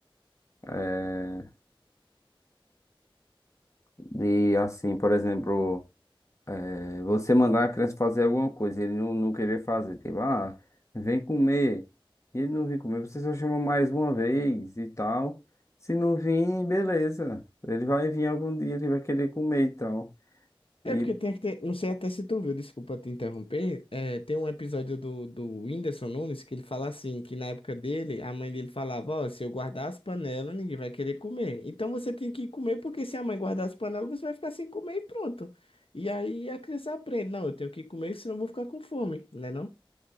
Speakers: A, on the left; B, on the left.
A: eh, de assim, por exemplo. É, Você mandar a criança fazer alguma coisa, ele não, não querer fazer, tipo, ah, vem comer. E ele não vir comer, você só chama mais uma vez e tal. Se não vir, beleza. Ele vai vir algum dia, ele vai querer comer e tal.
B: É
A: E
B: porque tem que ter. Não sei até se tu viu, desculpa te interromper. É, tem um episódio do, do Whindersson Nunes que ele fala assim: que na época dele, a mãe dele falava: Ó, se eu guardar as panelas, ninguém vai querer comer. Então você tem que comer, porque se a mãe guardar as panelas, você vai ficar sem comer e pronto. E aí a criança aprende: Não, eu tenho que comer, senão eu vou ficar com fome, né? Não?